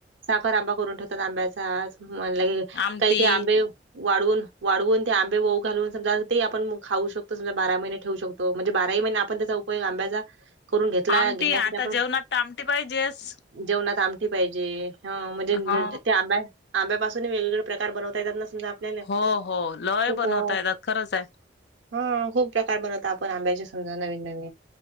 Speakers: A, on the right; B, on the left.
A: साखर आंबा करून ठेवतात आंब्याचा. म्हण
B: आमटी
A: काही ते आंबे वाळवून. वाळवून ते आंबे वऊ घालून समजा ते आपण खाऊ शकतो समजा बारा महिने ठेवू शकतो म्हणजे बारा ही महिने आपण त्याचा उपयोग <inaudible> उपयोग आंब्याचा. करून घेतला
B: आमटी
A: घेण्यासाठी
B: आता.
A: आपण
B: जेवणात तर आमटी पाहिजेच.
A: जेवणात आमटी पाहिजे. ह म्हणजे
B: हो
A: ते आंब्या. आंब्यापासून वेग वेगळे प्रकार बनवता येतात ना समजा. आपल्याला
B: हो हो लय
A: खूप
B: बनवता
A: अ,
B: येतात खरंच आहे.
A: हा खूप प्रकार बनवता आपण आंब्याची समजा नवीन नवीन